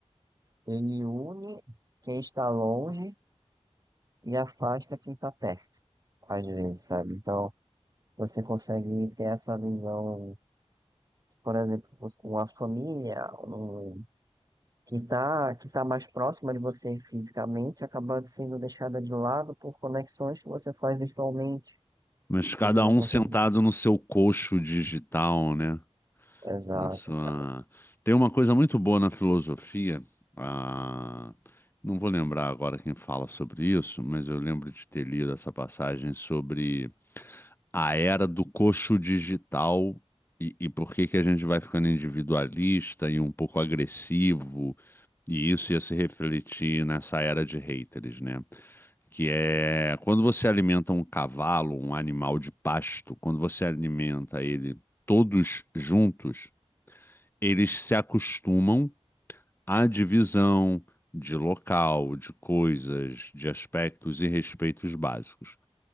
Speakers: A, on the right (about 35°); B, on the left (about 20°).
A: ele une quem está longe e afasta quem está perto, às vezes, sabe? Então, você consegue ter essa visão, por exemplo, com a família, um, que está que tá mais próxima de você fisicamente, acaba sendo deixada de lado por conexões que você faz virtualmente.
B: Mas cada
A: Você não
B: um
A: consegue.
B: sentado no seu coxo digital, né?
A: Exato,
B: Na sua...
A: cara.
B: Tem uma coisa muito boa na filosofia. ah, Não vou lembrar agora quem fala sobre isso, mas eu lembro de ter lido essa passagem sobre a era do coxo digital e, e por que que a gente vai ficando individualista e um pouco agressivo, e isso ia se refletir nessa era de haters, né? que é quando você alimenta um cavalo, um animal de pasto, quando você alimenta ele todos juntos, eles se acostumam à divisão de local, de coisas, de aspectos e respeitos básicos.